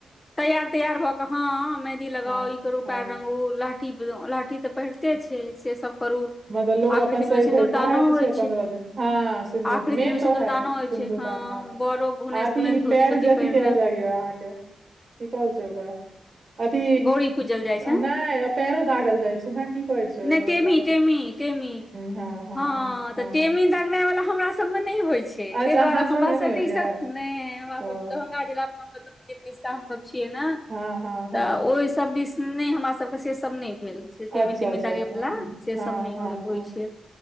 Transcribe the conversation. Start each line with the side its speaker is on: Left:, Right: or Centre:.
Left: तैयार तैयार भऽ क हँ मेहदी लगाउ
Right: हँ
Left: ई करू
Right: हँ
Left: पयर रंगु लहठी लाठी ठी तऽ पहिरते छै से सब करू
Right: मगर लोक
Left: आखिरी
Right: अपन
Left: दिन
Right: सजि
Left: मे सिन्दूरदानो
Right: धज कऽ ओएहा त
Left: होइ
Right: छै पन्द्रह दिन हँ से
Left: आखिरी
Right: मेन
Left: दिन मे
Right: त
Left: सिन्दूरदानो
Right: है
Left: होइ
Right: सिधुदान
Left: छै हँ
Right: ह
Left: बड़ो घुनैस
Right: आथी
Left: तुनैस
Right: ई
Left: धोती
Right: पैर
Left: तोती
Right: जथी
Left: पहिरने
Right: कयल जाय अहाँके की कहल छै ओकरा अथी
Left: गौरी पूजल जाइ छै
Right: नहि पैरो दागल जाइ छै ने की कहै छै
Left: नहि टेमी
Right: ओकरा
Left: टेमी टेमी
Right: हँ हँ
Left: ह
Right: हँ हँ
Left: तऽ टेमी दागनाय वाल हमरासब के सब नहि होइ छै
Right: अच्छा
Left: तहि
Right: अहाँ
Left: दुआरे
Right: सबमे
Left: हमरा
Right: नहि
Left: सब
Right: होइया
Left: ई सब हमरा
Right: ओ
Left: सब दरभंगा जिला मे दिसका हमसभ छियै न
Right: हँ हँ हँ
Left: तऽ ओहि सभ दिस नहि हमरा सभके से सब नहि से तिमी
Right: अच्छा
Left: तिमी
Right: अच्छा
Left: दागे
Right: अच्छा
Left: वालला से सब
Right: हँ
Left: नहि
Right: हँ
Left: होइ
Right: हँ
Left: छै